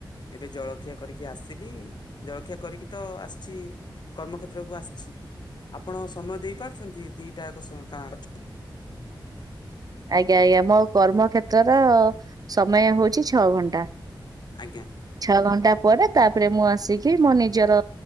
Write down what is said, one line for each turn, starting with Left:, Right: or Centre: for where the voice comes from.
Left: ଏବେ ଜଳଖିଆ କରିକି ଆସିଲି। ଜଳଖିଆ କରିକି ତ ଆସିଚି। କର୍ମକ୍ଷେତ୍ରକୁ ଆସିଚି ଆପଣ ସମୟ ଦେଇପାରୁଛନ୍ତି ଦିଇଟା ସ
Right: ଆଜ୍ଞା ଆଜ୍ଞା ମୋ କର୍ମକ୍ଷେତ୍ରର ସମୟ ହୋଉଚି ଛଅ ଘଣ୍ଟା।
Left: ଆଜ୍ଞା।
Right: ଛଅ ଘଣ୍ଟା ପରେ ତାପରେ ମୁଁ ଆସିକି ମୋ ନିଜର